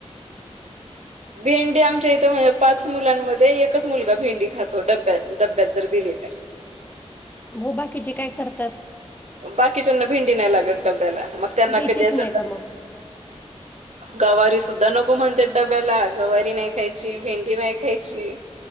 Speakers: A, on the right (about 80°); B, on the left (about 15°).
A: भेंडी आमच्या इथे म्हणजे पाच मुलांमध्ये एकच मुलगा भेंडी खातो डब्यात, डब्यात जर दिली तर.
B: बो, बाकीची काय करतात?
A: बाकीच्यांना भेंडी नाही लागत डब्याला, मग त्यांना
B: द्यायचीच
A: कधी अस
B: नाही का मग
A: गवारी सुद्धा नको म्हणते डब्याला, गवारी नाही खायची, भेंडी नाही खायची.